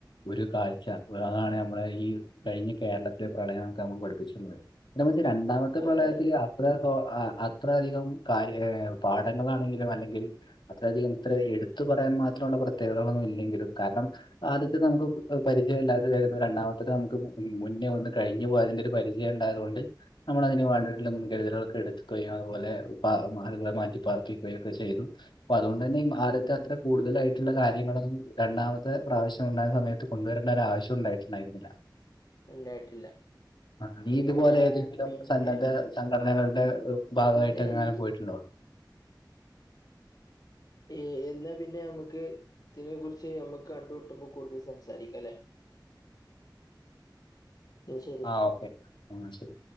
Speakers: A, on the left; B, on the left.
A: ഒരു കാഴ്ച അതാണ് നമ്മളെ ഈ കഴിഞ്ഞ കേരളത്തിലെ പ്രളയങ്ങളൊക്കെ നമ്മക്ക്‌ പഠിപ്പിച്ചു തന്നത് ഇതമ്മക്ക് രണ്ടാമത്തെ
B: അതെ
A: പ്രളയത്തില്
B: അതെ
A: അത്ര തോ ആഹ് അത്ര അധികം കാര്യ ഏഹ് പാഠങ്ങളാണെങ്കിലും അല്ലെങ്കിൽ അത്രയധികം ഇത്ര എടുത്തു പറയാൻ മാത്രമുള്ള പ്രത്യേകതകളൊന്നും ഇല്ലെങ്കിലും കാരണം ആദ്യത്തെ നമുക്ക് പരിചയമില്ലാത്തതായിരുന്നു രണ്ടാമത്തെത് നമുക്ക് മുന്നേ വന്ന് കഴിഞ്ഞു പോയതിന്റെ ഒരു പരി യ്യണ്ടായതോണ്ട് നമ്മളതിന് വേണ്ടിയിട്ടുള്ള മുൻകരുതലുകളൊക്കെ എടുക്കുകയും അതുപോലെ പ മാളുകളെ മാറ്റി പാർപ്പിക്കുകയും ഒക്കെ ചെയ്തു അപ്പൊ അതുകൊണ്ട് തന്നെ ഈ ആദ്യത്തെ അത്ര കൂടുതലായിട്ടുള്ള കാര്യങ്ങളൊന്നും രണ്ടാമത്തെ പ്രാവശ്യം ഉണ്ടായ സമയത്ത് കൊണ്ടുവരേണ്ട ഒരാവശ്യം ഉണ്ടായിട്ടുണ്ടായിരുന്നില്ല.
B: ഉണ്ടായിട്ടില്ല
A: ആഹ് നീ ഇതുപോലെ
B: ഏ
A: ഏതെങ്കിലും
B: പിന്നെ
A: സന്നദ്ധ സംഘടനകളുടെ ഭാഗമായിട്ടങ്ങാനും
B: പിന്നെ ഈ
A: പോയിട്ടുണ്ടോ
B: ഏഹ് എന്നാ പിന്നെ നമ്മുക്ക് ഇതിനെ കുറിച്ച് നമ്മുക്ക് കണ്ട് മുട്ടുമ്പോ കൂടുതൽ സംസാരിക്കാല്ലേ ഉം ശരി
A: ആഹ് ഓക്കെ ആഹ് ശരി